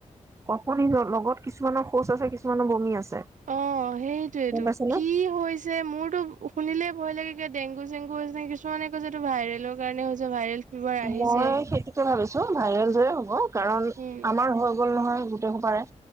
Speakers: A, on the right; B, on the right.
A: আপুনি লগত কিছুমানৰ শৌচ আছে কিছুমানৰ বমি আছে
B: অ', সেইটোৱেইটো।
A: গম পাইছানে
B: কি হৈছে, মোৰতো শুনিলেই ভয় লাগে-গে ডেংগু-চেংগু হৈছে নে। কিছুমানে কৈছে এইটো ভাইৰেলৰ কাৰণে হৈছে ভাইৰেল ফিভাৰ আহিছেই
A: মই সেইটোকে ভাবিছো ভাইৰেল জৰে হ'ব। কাৰণ
B: উম
A: আমাৰ হৈ গ'ল নহয় গোট পাৰে